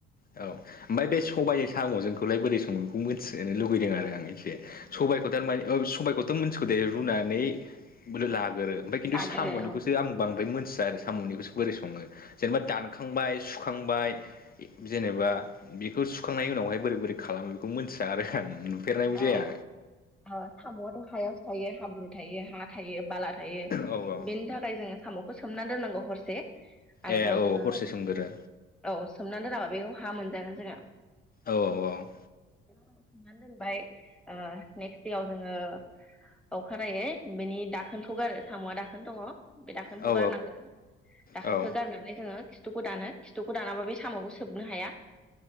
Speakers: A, on the left (about 30°); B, in the centre.
A: अ औ ओमफाय बे सबाय साम'जोंखौलाय बोरै सङो बेखौ मोनथिजानो लुगैदों आरो आं एसे सबायखौ टारमाने ओ सबायखौथ' मोनथिगो दे रुनानै बोलो लाग्रो ओमफाय
B: आरो
A: खिन्थु साम'निखौसो
B: जानो
A: आं बांद्राय मोनथिया आरो साम'निखौसो बोरै सङो जेनेबा दानखांबाय सुख खांबाय जेनेबा बेखौ सुखांनायनि उनावहाय बोरै बोरै खालामो बेखौ मिथिया आरो आं नुफेरनायबो जाया
B: औ-औ साम'आथ' हायावसो थायो हाब्रु थायो हा थायो बाला थायो
A: औ औ
B: बेनि थाखाय जोङो साम'खौ सोमना दोननांगौ हरसे आरोबाव
A: ए औ
B: जोङो
A: हरसे सोमगोरो
B: औ सोमनानै दोनाबा बेखौ हा मोनजागोन जोङो
A: औ औ औ
B: सोमनानै दोनबाय नेक्स देआव जोङो अखानायै बेनि दाखोनखौ गारो साम'आ दाखोन दङ। बे दाखोनखौ
A: औ
B: गारनांगोन दाखोनखौ
A: औ
B: गारनानै जोङो खिथुखौ दानो खिथुखौ दानाबा बे साम'खौ सोबनो हाया।